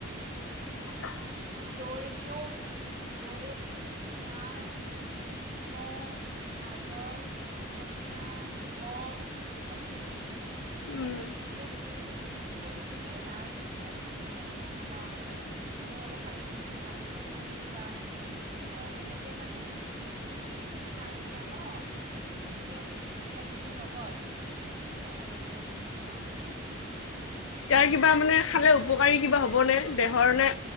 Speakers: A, on the left (about 80°); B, on the right (about 30°).
A: <inaudible>
B: দৈ দিওঁ দৈত পিঁয়াজ, তিঁয়হ, গাজৰ ধনিয়া, নিমখ অলপ, চেনি সেনেকেই
A: উম
B: দি পিনে গোটেইখিনি মিক্স কৰি পিনে তাৰপিছত ধুনীয়াকৈ খাবা আৰু। আৰু অলপ পাৰিলেকে জালুকৰ গুৰি দিবা। ত, সেনেকে মানে যদি খাই দিয়া ন' বিৰিয়ানী- বিৰিয়ানীখিনিৰ লগত কি ধুনীয়া লাগে কৈছো নহয়, বহুত ধুনীয়া লাগে।
A: ইয়াৰ কিবা মানে খালে উপকাৰী কিবা হবনে, দেহৰ নে